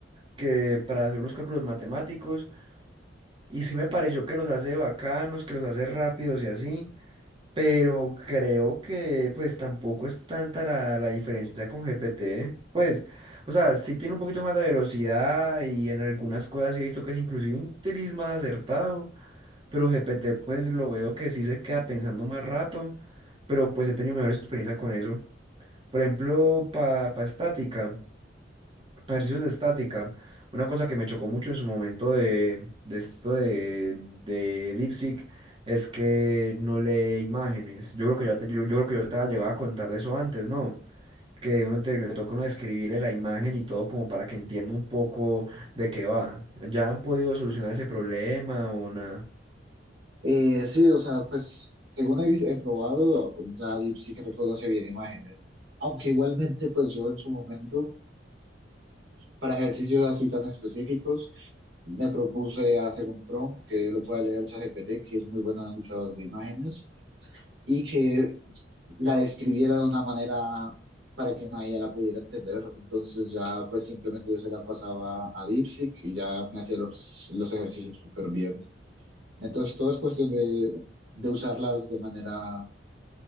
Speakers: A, on the right; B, on the right.
A: que para hacer unos cálculos matemáticos y sí me pareció que los hace bacanos, que los hace rápidos y así, pero creo que pues tampoco es tanta la, la diferencia con GPT. Pues, o sea, sí tiene un poquito más de velocidad y en algunas cosas sí he visto que es inclusive un tris más acertado, pero GPT pues lo veo que sí se queda pensando más rato, pero pues he tenido mejor experiencia con eso. Por ejemplo, para estática. Ejercicios de estática. Una cosa que me chocó mucho en su momento de, de esto de, de DeepSeek es que no lee imágenes. Yo creo que yo te, yo, yo creo que yo te había llegado a contar de eso antes, ¿no? Que uno te, le toca uno describirle la imagen y todo como para que entienda un poco de qué va. ¿Ya han podido solucionar ese problema o nada?
B: Eh, sí, o sea, pues según he, vis- he probado, ya Deep sí que reconoce bien imágenes. Aunque igualmente, pues yo en su momento... Para ejercicios así tan específicos, me propuse hacer un prompt que lo pueda leer ChatGPT, que es muy buen analizador de imágenes, y que la describiera de una manera para que una IA la pudiera entender. Entonces ya pues simplemente yo se la pasaba a DeepSeek y ya me hacía los, los ejercicios súper bien. Entonces todo es cuestión de, de usarlas de manera,